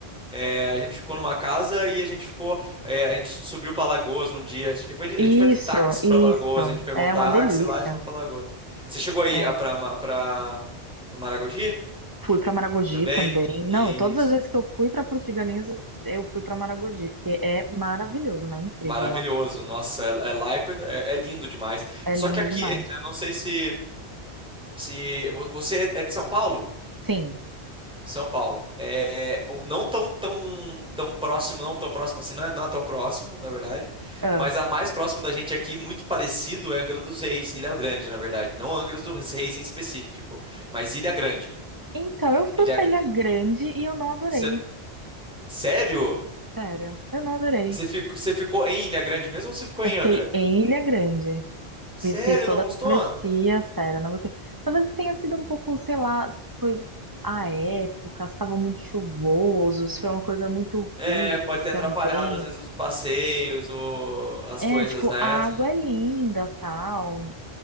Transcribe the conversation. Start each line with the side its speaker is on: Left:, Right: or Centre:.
Centre: É, a gente ficou numa casa e a gente ficou. é, a gente subiu pra Lagoas um dia. Acho que foi de-
Right: Isso,
Centre: a gente foi de táxi
Right: isso.
Centre: pra Lagoas. A gente pegou
Right: É
Centre: um táxi
Right: uma delícia.
Centre: lá e fomos pra Lagoas. Você chegou aí
Right: É.
Centre: ah, pra, Ma- pra, pra Maragogi
Right: Fui para Maragogi
Centre: também?
Right: também.
Centre: Isso.
Right: Não, todas as vezes que eu fui para Porto de Galinhas, eu fui para Maragogi, porque é maravilhoso, né? Incrível
Centre: Maravilhoso.
Right: lá.
Centre: Nossa, é, é lá é, coisa, é, é lindo demais.
Right: É
Centre: Só
Right: lindo
Centre: que aqui,
Right: demais.
Centre: é, eu não sei se, se vo- você é é de São Paulo?
Right: Sim.
Centre: São Paulo. É, um- não tão, tão, tão próximo, não tão próximo assim, não é, não é tão próximo, na verdade.
Right: Ah.
Centre: Mas a mais próxima da gente aqui, muito parecido, é Angra dos Reis, Ilha Grande, na verdade. Não Angra dos Reis em específico, mas Ilha Grande.
Right: Então, eu fui
Centre: Ilha...
Right: pra
Centre: Gra-
Right: Ilha Grande e eu não adorei.
Centre: Cê- Sério?
Right: Sério, eu não adorei.
Centre: Você ficou, você ficou em Ilha Grande mesmo ou você ficou
Right: Eu
Centre: em
Right: fiquei
Centre: Angra?
Right: em Ilha Grande.
Centre: Sério,
Right: e Fiz toda
Centre: não gostou?
Right: a travessia, sério, não gostei. Talvez tenha sido um pouco, sei lá, se foi a época, estava muito chuvoso, se foi uma coisa muito
Centre: É,
Right: rude
Centre: pode ter atrapalhado
Right: também.
Centre: às vezes os passeios, o... as
Right: É,
Centre: coisas,
Right: tipo,
Centre: né?
Right: a água é linda, tal,